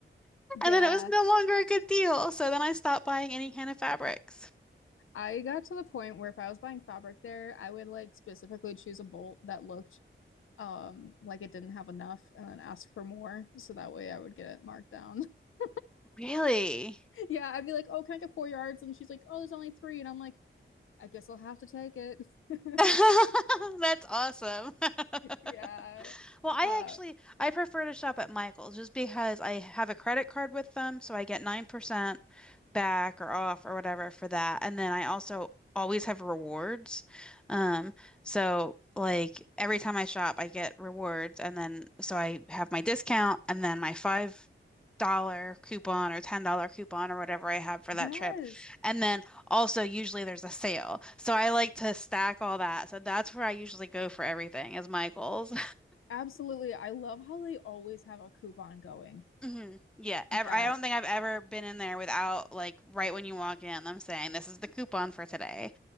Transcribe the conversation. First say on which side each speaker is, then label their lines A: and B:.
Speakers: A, on the left; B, in the centre.
A: Yeah.
B: And then it was no longer a good deal. So then I stopped buying any kind of fabrics.
A: I got to the point where if I was buying fabric there, I would like specifically choose a bolt that looked um like it didn't have enough and then ask for more. So that way I would get it marked down. <laughs>
B: Really?
A: Yeah, I'd be like, "Oh, can I get four yards?" And she's like, "Oh, there's only three." And I'm like, "I guess I'll have to take it." <laughs>
B: <laughs> That's awesome. <laughs>
A: Yeah.
B: Well, I
A: Uh,
B: actually I prefer to shop at Michael's just because I have a credit card with them, so I get 9% back or off or whatever for that. And then I also always have rewards. Um, so like every time I shop, I get rewards and then so I have my discount and then my five dollar coupon or ten dollar coupon or whatever I have for
A: yes.
B: that trip. And then also usually there's a sale. So I like to stack all that. So that's where I usually go for everything is Michael's.
A: Absolutely. I love how they always have a coupon going.
B: hmm Yeah,
A: Yeah.
B: ever, I don't think I've ever been in there without like right when you walk in, them saying this is the coupon for today.